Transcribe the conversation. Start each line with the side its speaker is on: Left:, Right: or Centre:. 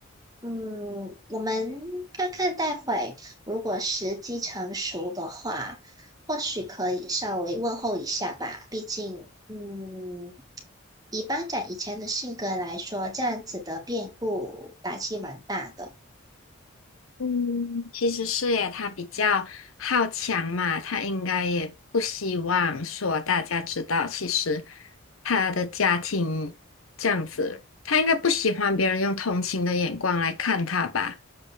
Right: 嗯，我们看看待会，如果时机成熟的话，或许可以稍微问候一下吧。毕竟，嗯，以班长以前的性格来说，这样子的变故打击蛮大的。
Left: 嗯，其实是耶，他比较好强嘛，他应该也不希望说大家知道，其实他的家庭这样子，他应该不喜欢别人用同情的眼光来看他吧。